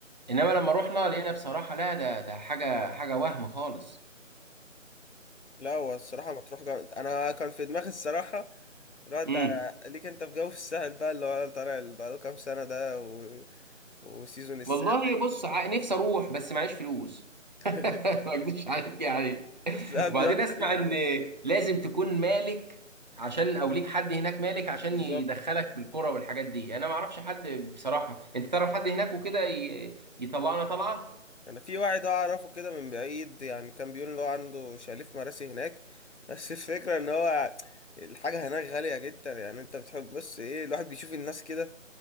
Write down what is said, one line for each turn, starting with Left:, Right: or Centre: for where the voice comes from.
Right: انما لما رحنا لقينا بصراحه لا ده ده حاجه حاجه وهم خالص
Left: لا هو الصراحه مطروح جامد انا كان في دماغي الصراحه الواد
Right: امم
Left: ده ليك انت في جو في الساحل بقى اللي هو طالع اللي بقاله كام سنه ده و... وسيزون الساحل
Right: والله بص ع- نفسي اروح بس معيش فلوس
Left: <laughs>
Right: <laughs> ما اكدبش عليك يعني
Left: الساحل
Right: وبعدين
Left: بيقعد
Right: اسمع
Left: يشوف-
Right: ان لازم تكون مالك عشان او ليك حد هناك مالك عشان
Left: بالظبط
Right: يدخلك في الكوره والحاجات دي انا ما اعرفش حد بصراحه انت تعرف حد هناك وكده ي- يطلعنا طلعه
Left: انا في واحد اعرفه كده من بعيد يعني كان بيقول ان هو عنده شاليه في مراسي هناك <laughs> بس الفكره ان هو الحاجه هناك غاليه جدا يعني انت بتحب بص ايه الواحد بيشوف الناس كده